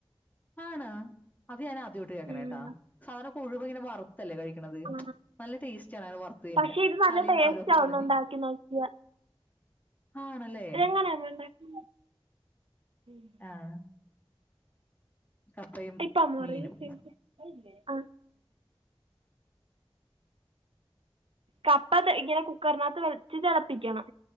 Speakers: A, on the left; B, on the right.
A: ആണ അത് ഞാൻ ആദ്യോട്ട് കേക്കണ
B: ഉം,
A: കേട്ടാ സാധാരണ കൊഴുവ് ഇങ്ങനെ വറ ത്തല്ലേ കഴിക്കണത്
B: ആ.
A: നല്ല ടേസ്റ്റ് ആണ് അങ്ങനെ വറുത്തു തിന്നാൽ
B: പക്ഷെ ഇത് നല്ല
A: തലയും
B: ടേസ്റ്റ്
A: വാലും ഒക്കെ
B: ആവുന്നു
A: കളഞ്ഞ്
B: ഉണ്ടാക്കി നോക്കിയ
A: ആണല്ലേ
B: <unintelligible>
A: ആഹ കപ്പയും
B: ഇപ്പൊ അമ്മ
A: മീനും
B: പറയും ആ കപ്പ ഇങ്ങനെ കുക്കറിനകത്ത് വെച്ച് തിളപ്പിക്കണം